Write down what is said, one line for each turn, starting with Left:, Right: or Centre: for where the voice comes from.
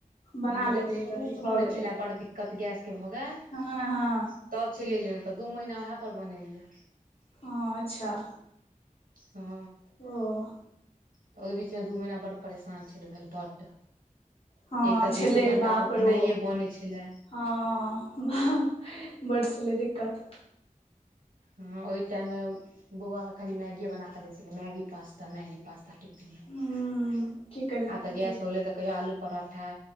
Left: बना
Right: हँ जब
Left: लेतै
Right: शुरू
Left: एक रती
Right: -शुरू
Left: भऽ
Right: मे
Left: गेलै
Right: छलै, बड़ दिक्कत गैस के भऽ गैऽल
Left: हँ
Right: तब
Left: हँ
Right: छलियै लेने, तऽ दू महीना वैह पर बनेलियै।
Left: हँ अच्छा।
Right: हँ।
Left: ओ-
Right: तऽ ओय बीचमे दू महिना बड्ड परेशान छलउ भेल बड्ड
Left: हँ
Right: एक तऽ
Left: छलै
Right: दू -दू घंटा
Left: बाप
Right: पर खेनाइये
Left: रौ
Right: बनैय छेले।
Left: हँ बाह, बड्ड छलैयै दिक्कत।
Right: हँ ओय टाइममे बौआके खाली मैगीए बना कऽ दै छलै। मैगी -पास्ता, मैगी -पास्ता टिप- आ
Left: ह की करबै
Right: तेऽ गैस होलय तऽ कहियौ आलू पराठा